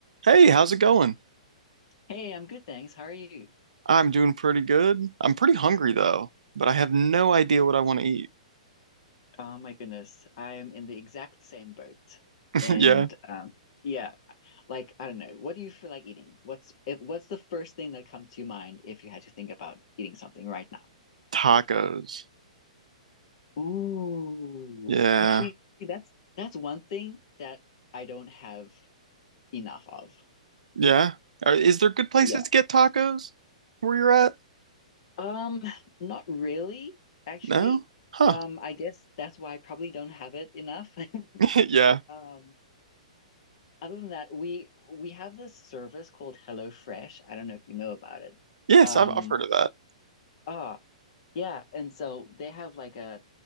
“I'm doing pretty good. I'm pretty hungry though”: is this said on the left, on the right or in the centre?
Right